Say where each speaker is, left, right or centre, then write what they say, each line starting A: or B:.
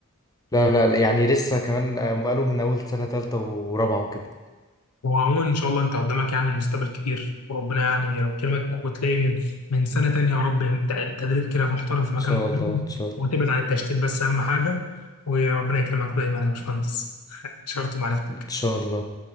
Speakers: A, on the left (about 15°); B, on the left (about 80°).
A: لا لا لا، يعني لسه كمان آه، هم قالوا من أول سنة تالتة ورابعة وكده
B: هو عموما ان شاء الله انت قدامك يعني المستقبل كبير وربنا يعني يكرمك وتلاقي من من سنه تانية يا رب ت- تدريب كده محترم في مكان
A: ان شاء
B: محترم
A: الله ان شاء الله
B: وتبعد عن التشتيت بس اهم حاجه وربنا يكرمك دايما يا باشمهندس <laughs> اتشرفت بمعرفتك
A: إن شاء الله